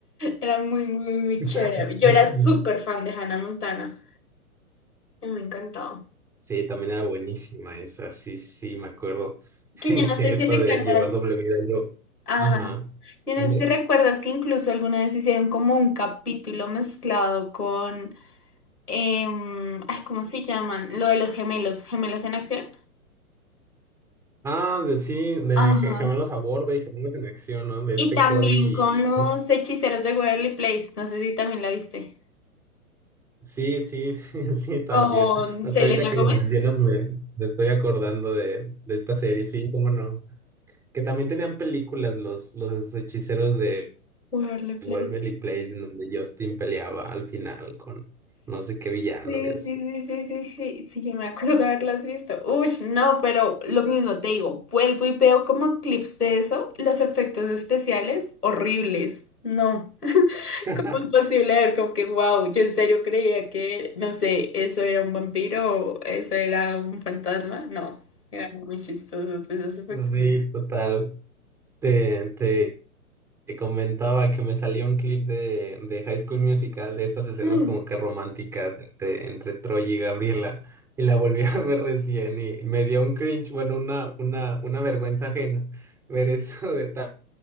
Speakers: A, on the left (about 85°); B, in the centre.
A: Era muy, muy, muy
B: <laughs>
A: chévere. Yo era súper fan de Hannah Montana. y Me encantaba.
B: Sí, también era buenísima esa, sí, sí, sí, me acuerdo <laughs>
A: Que yo no sé
B: que
A: si
B: esto
A: recuerdas.
B: de llevar doble vida yo.
A: Ajá.
B: Ajá.
A: Yo no
B: ¿Mande?
A: sé si recuerdas que incluso alguna vez hicieron como un capítulo mezclado con. em, ay, ¿cómo se llaman? Lo de los gemelos. ¿Gemelos en acción?
B: Ah, de sí, de
A: Ajá.
B: ge- gemelos a bordo y gemelos en acción, ¿no? De
A: Y
B: este
A: también
B: Cody
A: con los
B: y...
A: hechiceros de Waverly Place. No sé si también la viste.
B: Sí, sí, <laughs> sí, sí, también.
A: Con
B: Hasta
A: Selena
B: ahorita que
A: Gómez.
B: lo mencionas me, me estoy acordando de, de esta serie, sí, cómo no. Que también tenían películas los, los hechiceros de
A: Waverly
B: Waverly
A: Place.
B: Place, en donde Justin peleaba al final con no sé qué villanos
A: Sí,
B: y así.
A: sí, sí, sí, sí, sí, sí, yo me acuerdo haberlas visto. Uy, no, pero lo mismo te digo, vuelvo y veo como clips de eso, los efectos especiales horribles. No, <laughs>
B: <laughs>
A: ¿cómo es posible ver como que, wow, yo en serio creía que, no sé, eso era un vampiro o eso era un fantasma? No, eran muy chistosos esos efectos.
B: Sí, total. Te, te, te comentaba que me salió un clip de, de High School Musical de estas escenas
A: Mm,
B: como que románticas entre, entre Troy y Gabriela y la volví <laughs> a ver recién y, me dio un cringe, bueno, una, una, una vergüenza ajena ver eso de tan,